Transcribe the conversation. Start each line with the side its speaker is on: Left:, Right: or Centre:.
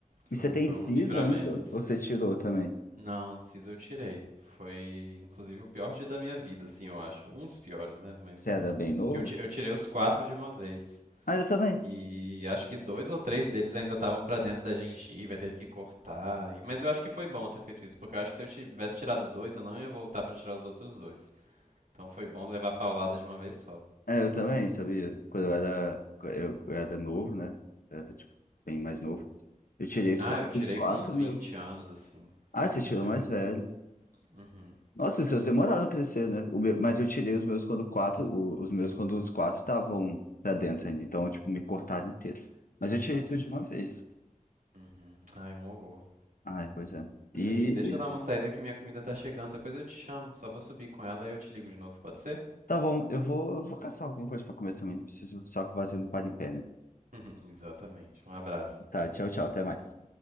Right: Foi,
Left: E você tem
Right: foi
Left: siso
Right: um livramento,
Left: ainda?
Right: assim.
Left: Ou você tirou também?
Right: Não, Siso eu tirei. Foi, inclusive, o pior dia da minha vida, assim, eu acho. Um dos piores, né? Mas
Left: Você era bem novo?
Right: que eu, ti- eu tirei os quatro de uma vez.
Left: Ah, eu também.
Right: E acho que dois ou três deles ainda estavam pra dentro da gengiva, teve que cortar. E- Mas eu acho que foi bom ter feito isso, porque eu acho que se eu tivesse tirado dois, eu não ia voltar pra tirar os outros dois. Então foi bom levar a paulada de uma vez só.
Left: É, eu também, sabia? Quando eu era, eu, eu era novo, né? Eu era, tipo, bem mais novo. Eu tirei os
Right: Ah,
Left: quatro,
Right: eu tirei
Left: os quatro,
Right: com uns 20
Left: meu.
Right: anos, assim,
Left: Ah,
Right: um
Left: você
Right: dos
Left: tirou
Right: meus.
Left: mais velho.
Right: Uhum.
Left: Nossa, os seus demoraram a crescer, né? O meu- mas eu tirei os meus quando quatro, o- os meus quando os quatro estavam pra dentro ainda, então, tipo, me cortaram inteiro. Mas eu tirei
Right: Nossa.
Left: tudo de uma vez.
Right: Uhum. Ai, um horror.
Left: Ai, pois é. E,
Right: Mas aqui, deixa eu
Left: e-
Right: dar uma saída que minha comida tá chegando, depois eu te chamo. Só vou subir com ela e eu te ligo de novo, pode ser?
Left: tá bom, eu vou, eu vou caçar alguma coisa pra comer também, não preciso só que o vazio não para em pé, né?
Right: <laughs> Exatamente. Um abraço.
Left: Tá, tchau, tchau, até mais.